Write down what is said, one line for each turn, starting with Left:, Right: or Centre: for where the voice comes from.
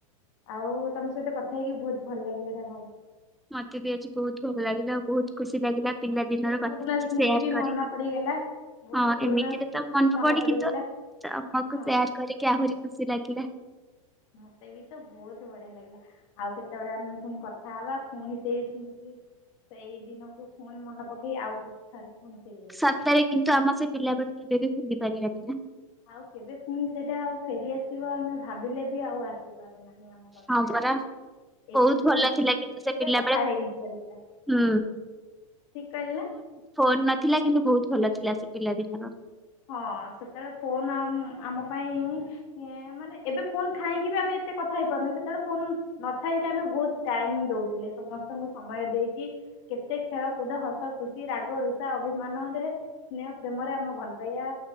Left: ଆଉ ତମ ସହିତ କଥା ହେଇକି ବହୁତ ଭଲ ଲାଗିଲା ଯାହାହେଉ।
Centre: ମତେ ବି ଆଜି ବହୁତ ଭଲ ଲାଗିଲା ଆଉ ବହୁତ ଖୁସି ଲାଗିଲା। ପିଲା ଦିନର
Left: ବହୁତ
Centre: କଥା
Left: ପୁରୁଣା
Centre: କିଛି
Left: ସ୍ମୃତି
Centre: ସେୟାର
Left: ବି
Centre: କରିବି।
Left: ମନେ ପଡିଗଲା। ବହୁତ
Centre: ହଁ
Left: ପୁରୁଣା
Centre: ଏମିତିରେ
Left: ସ୍ମୃତି
Centre: ତ ମନେ ପଡି
Left: ପଡିଗଲା
Centre: କିନ୍ତୁ ତମକୁ
Left: ହଁ।
Centre: ସେୟାର କରିକି ଆହୁରି ଖୁସି ଲାଗିଲା।
Left: ମତେ ବି ତ ବହୁତ ବଢିଆ ଲାଗିଲା। ଆଉ କେତେବେଳେ ଆମେ ପୁଣି କଥା ହବା ପୁଣି ସେଇ ସ୍ମୃତି ସେଇ ଦିନକୁ ପୁଣି ମନେ ପକେଇ ଆଉ ବି ଥରେ ପୁଣି ଫେରି ଆସିବା।
Centre: ସତରେ କିନ୍ତୁ ଆମ ସେ ପିଲାବେଳେ କେବେ ବି ଭୁଲି ପାରିବାନି ନା।
Left: ଆଉ କେବେ ପୁଣି ସେଟା ଆଉ ଫେରିଆସିବ ଆମେ ଭାବିଲେ ବି ଆଉ ଆସ ାର ନାହିଁ ଆମ ପାଖକୁ
Centre: ହଁ ପରା।
Left: ଏମିତି
Centre: ବହୁତ
Left: ସ୍ମୃତିତିରେ
Centre: ଭଲ ଥିଲା କିନ୍ତୁ ସେ ପିଲା
Left: କଥା
Centre: ବେଳେ
Left: ହେଇଜା।
Centre: ହୁଁ
Left: ଠିକ୍ କହିଲିନା।
Centre: ଫୋନ୍ ନଥିଲା କିନ୍ତୁ ବହୁତ ଭଲ ଥିଲା ସେ ପିଲାଦିନର।
Left: ହଁ ସେତେବେଳେ ଫୋନ୍ ଆମ ପାଇଁ ମାନେ ଏବେ ଫୋନ୍ ଥାଇକି ବି ଆମେ ଏତେ କଥା ହେଇପାରୁନୁ ସେତେବେଳେ ଫୋନ୍ ନଥାଇକି ଆମେ ବହୁତ ଟାଇମ୍ ଦଉଥିଲେ ସମସ୍ତଙ୍କୁ ସମୟ ଦେଇକି କେତେ ଖେଳ କୁଦ ହସ ଖୁସି ରାଗ ରୁଷା ଅଭିମାନରେ ସ୍ନେହ ପ୍ରେମରେ ଆମ ଭଲ ଆଜ୍ଞା